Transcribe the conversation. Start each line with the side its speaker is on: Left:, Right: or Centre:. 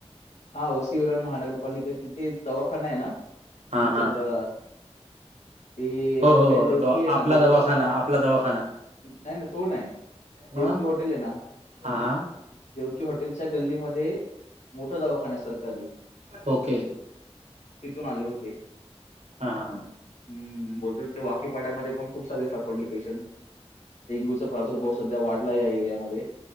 Left: हा ओसी विरार महानगरपालिका तिथे, दवाखाना आहे ना
Right: हा
Left: जो
Right: हा
Left: चंद्रा. ते
Right: हो
Left: हॉटेल
Right: हो हो,
Left: देवकी
Right: तो
Left: आहे ना,
Right: आपला
Left: देवकीच्या
Right: दवाखाना आपला दवाखाना
Left: नाही तो नाही. देवकी
Right: मग
Left: हॉटेल आहे ना
Right: आं.
Left: देवकी हॉटेलच्या गल्लीमध्ये, मोठं दवाखाना आहे सरकारी.
Right: ओके.
Left: तिथून आले होते.
Right: हा हा.
Left: हम् बोलतो ते वाकीपाट्यामध्ये पण, खूप सारे सापडले पेशंट डेंग्यूचा. प्रादुर्भाव सध्या वाढलाय या एरियामध्ये.